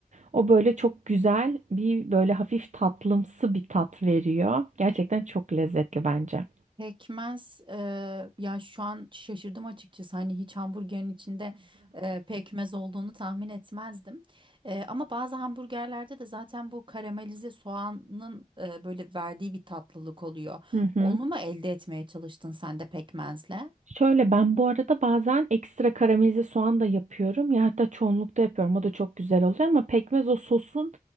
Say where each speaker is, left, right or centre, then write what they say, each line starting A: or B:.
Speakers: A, on the right (about 55°); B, on the right (about 35°).
A: O böyle çok güzel bir böyle hafif tatlımsı bir tat veriyor. Gerçekten çok lezzetli bence.
B: Pekmez eee, ya şu an şaşırdım açıkçası hani hiç hamburgerin içinde eee, pekmez olduğunu tahmin etmezdim. Eee, ama bazı hamburgerlerde de zaten bu karamelize soğanın eee, böyle verdiği bir tatlılık oluyor.
A: Hı hı.
B: Onu mu elde etmeye çalıştın sen de pekmezle?
A: Şöyle ben bu arada bazen ekstra karamelize soğan da yapıyorum. Ya hatta çoğunlukta yapıyorum. O da çok güzel oluyor ama pekmez o sosun